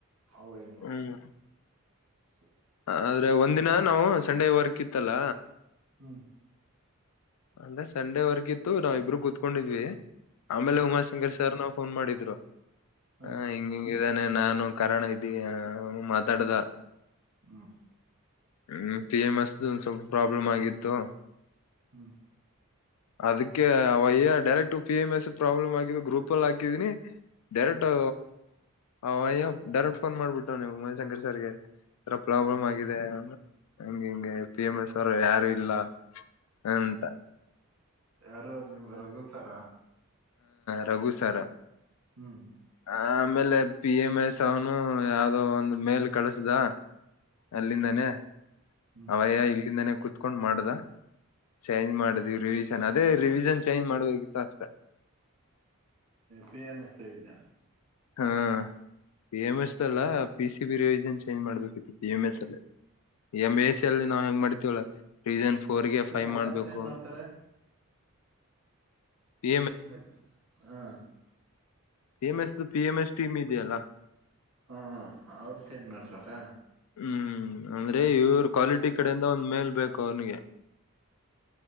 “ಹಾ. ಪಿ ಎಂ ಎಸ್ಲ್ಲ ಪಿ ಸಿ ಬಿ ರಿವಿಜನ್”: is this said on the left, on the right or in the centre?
Left